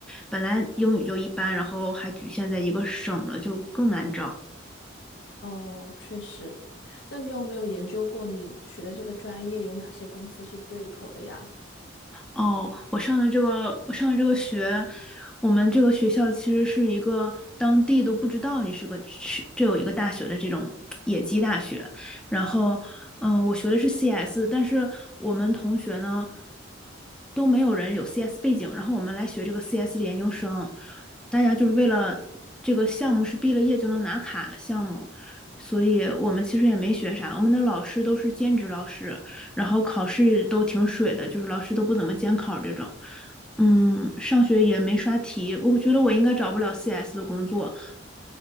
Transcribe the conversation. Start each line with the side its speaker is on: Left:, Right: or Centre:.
Centre: 本来英语就一般，然后还局限在一个省了，就更难找。
Left: 哦，确实。那你有没有研究过你学的这个专业有哪些公司是对口的呀？
Centre: 哦，我上的这个，我上的这个学，我们这个学校其实是一个当地都不知道你是个是这有一个大学的这种野鸡大学。然后，嗯，我学的是 CS，但是我们同学呢都没有人有 CS 背景，然后我们来学这个 CS 的研究生，大家就是为了这个项目是毕了业就能拿卡的项目，所以我们其实也没学啥，我们的老师都是兼职老师，然后考试都挺水的，就是老师都不怎么监考这种。嗯，上学也没刷题，我觉得我应该找不了 CS 的工作。